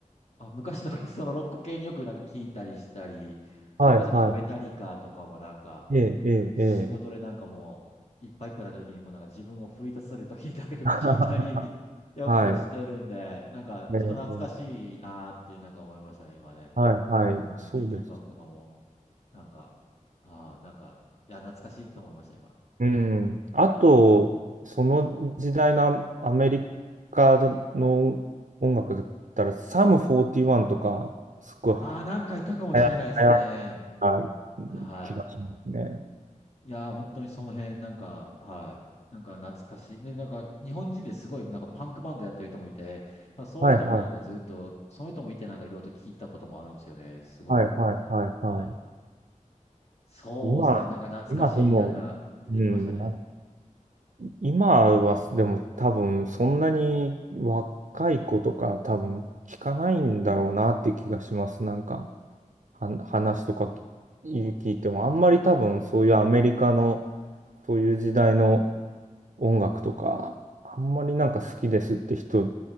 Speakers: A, on the left; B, on the right.
A: あ、昔の <laughs> そのロック系によくなんか聞いたりしたり、それこそなんかメタリカとかもなんか、
B: はい、はい。ええ、ええ、
A: 仕事でなんかもう、
B: ええ。
A: いっぱいいっぱいな時にもうなんか自分を奮い立たせる時になんかよく聞いたり、
B: <laughs>
A: <laughs> よくしてるんで、
B: はい。
A: なんかちょっと懐かしいなーってなんか思いましたね、
B: <laughs> ええ、
A: 今ね。
B: はい、はい。
A: うんリンキンパークとかも。
B: そうです。
A: なんか、ああ、なんか、いや、懐かしいと思いました、今。
B: うん。あと、
A: は
B: その時代のアアメリカの音楽だったら、サム41とか、すごい
A: い。ああ、なんかいたかもしれないですね。
B: 流行流行った
A: は
B: 気がしますね。
A: い。いやー、本当にその辺、なんか、はい。なんか懐かしい。ね、なんか日本人ですごいなんかパンクバンドやってる人もいて、まあそういう人もなんかずっと、
B: はい、はい。
A: その人もいてなんかいろいろと聞いてたこともあるんですよね。すごい。
B: はいはいはいはい。
A: はい。そうですね。
B: 今、
A: なんか懐かしい、
B: 今でも、
A: なんか出てきましたね。
B: うん、ない今はでも多分そんなに若い子とか多分聞かないんだろうなって気がします。なんかは話とか聞聞いてもあんまり多分そういうアメリカのそういう時代の音楽とかあんまりなんか好きですって人